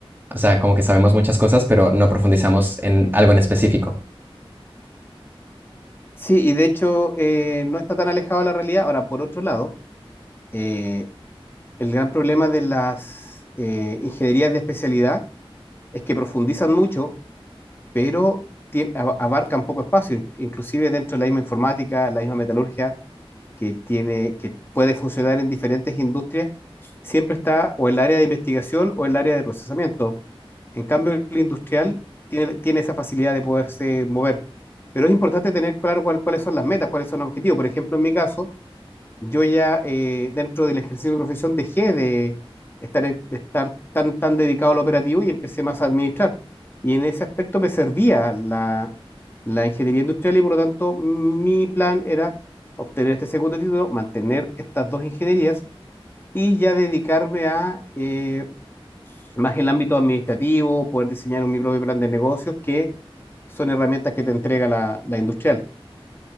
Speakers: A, on the right; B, on the left.
A: O sea, como que sabemos muchas cosas, pero no profundizamos en algo en específico.
B: sí, y de hecho eh, no está tan alejado de la realidad. Ahora, por otro lado, eh, el gran problema de las eh, ingenierías de especialidad es que profundizan mucho, pero tien- a- abarcan poco espacio, in- inclusive dentro de la misma informática, la misma metalurgia, que tiene, que puede funcionar en diferentes industrias, siempre está o el área de investigación o el área de procesamiento. En cambio, el industrial tiene, tiene esa facilidad de poderse mover. Pero es importante tener claro cuál- cuáles son las metas, cuáles son los objetivos. Por ejemplo, en mi caso, yo ya eh, dentro del ejercicio de profesión dejé de estar, en- de estar tan, tan dedicado al operativo y empecé más a administrar. Y en ese aspecto me servía la, la ingeniería industrial y por lo tanto mi plan era obtener este segundo título, mantener estas dos ingenierías y ya dedicarme a eh, más el ámbito administrativo, poder diseñar un mi propio plan de negocios, que son herramientas que te entrega la, la industrial.